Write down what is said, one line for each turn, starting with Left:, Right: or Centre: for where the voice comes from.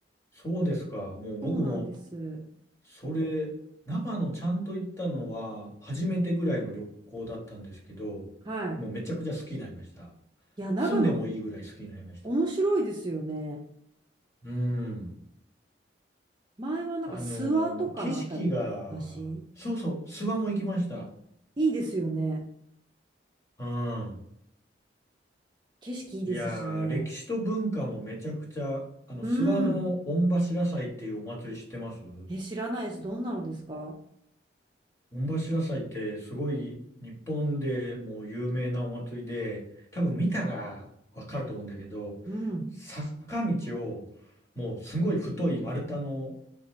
Left: そうですか。もう僕も、
Right: そうなんです。
Left: それ、長野ちゃんと行ったのは、初めてぐらいの旅行だったんですけど、
Right: はい。
Left: もうめちゃくちゃ好きになりました。
Right: いや、長野
Left: 住んでもいいぐらい好きになりました。
Right: 面白いですよね。
Left: うん。
Right: 前はなんか諏訪とかのあたりだし、
Left: あの、景色が、そうそう、諏訪も行きました。
Right: いいですよね。
Left: うん。
Right: 景色いいですしね。
Left: いやー、歴史と文化もめちゃくちゃ、あの、
Right: うん。
Left: 諏訪の御柱祭っていうお祭り知ってます
Right: え、知らないです。どんなのですか
Left: 御柱祭ってすごい日本でもう有名なお祭りで、多分見たらわかると思うんだけど、
Right: うん。
Left: 坂道をもうすごい太い丸太の